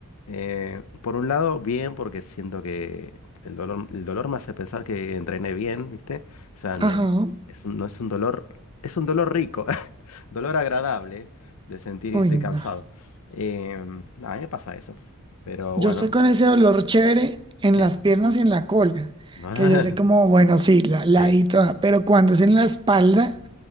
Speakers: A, on the left (about 80°); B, on the right (about 20°).
A: Eh, por un lado, bien, porque siento que el dolor, el dolor me hace pensar que entrené bien, ¿viste? O sea, no
B: ajá,
A: es un, no es un dolor, es un dolor rico, <laughs> dolor agradable de sentir que
B: uy,
A: estoy
B: no.
A: cansado. Eh, a mí me pasa eso, pero
B: Yo
A: bueno,
B: estoy con ese dolor chévere en
A: sí.
B: las piernas y en la cola,
A: <laughs>
B: que yo sé como, bueno, sí, la, la
A: Sí.
B: ladito, toda. pero cuando es en la espalda.